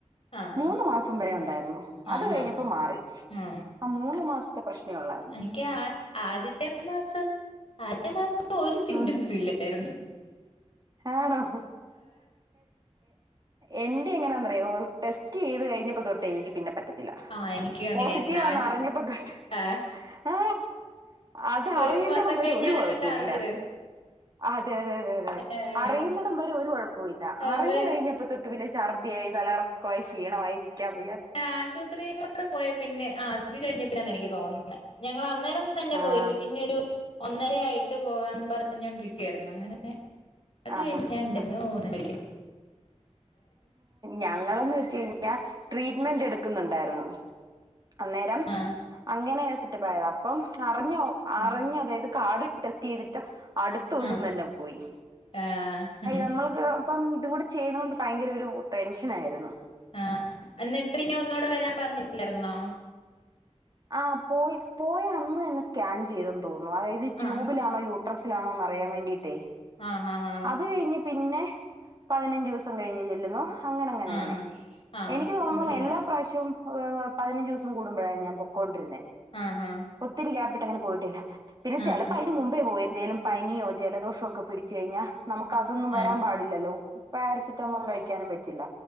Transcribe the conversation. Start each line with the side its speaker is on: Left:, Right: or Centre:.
Left: ആഹ്
Right: മൂന്ന് മാസം വരെ ഉണ്ടായിരുന്നു. അത്
Left: ആഹ്
Right: കഴിഞ്ഞപ്പോ മാറി.
Left: ആഹ്
Right: ആ മൂന്നമാസത്തെ പ്രശ്നെ ഒള്ളായിരുന്നു.
Left: എനിക്ക് ആ ആദ്യത്തെ മാസം. ആദ്യത്തെ മാസം ഒരു സിംറ്റംസും
Right: ഉം
Left: ഇല് രുന്നു.
Right: ആണോ? എന്റെ എങ്ങനാന്നറിയോ ടെസ്റ്റ് ചെയ്ത് കഴിഞ്ഞപ്പോ തൊട്ട് എനിക്ക് പിന്നെ പറ്റ ല്ല.
Left: ആഹ് എനിക്കും അങ്ങനെയായിരുന്നു
Right: പോസിറ്റീവാന്ന്
Left: ആശ്
Right: അറിഞ്ഞപ്പോ തൊട്ട്.
Left: ആഹ്
Right: ആ അത്
Left: ഒരു
Right: അറിയുന്നൊടം
Left: മാസം
Right: വരെ
Left: കഴിഞ്ഞാണല്ലോ
Right: ഒരു കൊഴപ്പോല്ല.
Left: അറിഞ്ഞത്
Right: അതെ അതെ അതെ അതെ
Left: ഏഹ്
Right: അറിയുന്നൊടം വരെ ഒരു കൊഴപ്പോല്ല.
Left: അത്
Right: അറിഞ്ഞു കഴിഞ്ഞപ്പോ തൊട്ടു പിന്നെ ശ ഛർദിയായി തലറക്കമായി ക്ഷീണമായി നിക്കാൻ വയ്യ.
Left: ആശുപത്രിയിലോട്ട് പോയ പിന്നെ അത് കഴിഞ്ഞേ പിന്നെന്നാ എനിക്ക് തോന്നുന്നത്. ഞങ്ങൾ അന്നേരം, തന്നെ
Right: ആഹ്
Left: പോയില്ലേ. പിന്നെ ഒരു ഒന്നര ആയിട്ട് പോകാന്നും പറഞ്ഞോണ്ടിരിക്കുവായിരുന്നു. അങ്ങനെ അത്
Right: ആഹ്
Left: കഴിഞ്ഞാ
Right: ആഹ്
Left: ഞാൻ എന്റെ പൊന്നോ ഒന്നും കഴിക
Right: ഞങ്ങളന്ന് വെച്ച് കഴിഞ്ഞ ട്രീറ്റ്മെന്റ് എടു ന്നുണ്ടായിരുന്നു അന്നേരം
Left: ആഹ്
Right: അങ്ങനെ സെറ്റപ്പായത. അപ്പം അറിഞ്ഞോ
Left: ഉം
Right: അറിഞ്ഞ് അതായത് കാട് ടെസ്റ്റ് ചെയ്തിട്ട് അടുത്ത ദിവസം
Left: ആഹ്
Right: തന്നെ പോയി
Left: ആഹ് ഉം
Right: നമ്മൾക്ക് ഇപ്പം ഇതും കൂടെ ചെയ്തൊ ഭയങ്കര ഒരു ടെൻഷനയിരുന്നു.
Left: ആഹ് എന്നിട്ട് ഇനി ഒന്നുകൂടെ വരാൻ പറഞ്ഞില്ലായിരുന്നോ?
Right: ആഹ് പോയി പോയി അന്ന് തന്നെ സ്കാൻ ചെയ്തെന്ന് തോന്നുന്നു അതായത് ട്യൂബിലാണോ
Left: ആഹ്
Right: യു ട്രസ്സിലാണോ അറിയാൻ വേണ്ടീട്ടേ.
Left: ആഹ് ആഹ് ആഹ്-
Right: അത് കഴിഞ്ഞ് പിന്നെ പതിനഞ്ച് ദിവസം കഴിഞ്ഞ് ചെല്ലുന്നു. അങ്ങനെ അങ്ങനെ
Left: ആഹാ
Right: അങ്ങനെ
Left: ആഹ്
Right: എനിക്ക് തോന്നുന്നു
Left: അവിടെ അങ്ങനെ
Right: എല്ലാ പ്രാവശ്യ പതിനഞ്ച് ദിവസം കൂടുമ്പോഴാണ് ഞാൻ പൊക്കൊണ്ടിർന്നെ.
Left: ആഹ് ആഹ് -
Right: ഒത്തിരി ഗ്യപ്പിട്ട് അങ്ങനെ പോയിട്ടില്ല പിന്നെ
Left: ആഹ്
Right: ചെലെപ്പോ അയ്ന് മുമ്പേ പോയി എന്തേലും പനിയോ ജലദോഷോ ഒക്കെ പിടിച്ച്. കയ്ഞ്ഞ ന്നമുക്ക് അതൊന്നുംവരാൻ
Left: ആഹ്
Right: പാടില്ലല്ലോ? പരസിെറ്റമോൾ കഴിക്കാനും പറ്റില്ല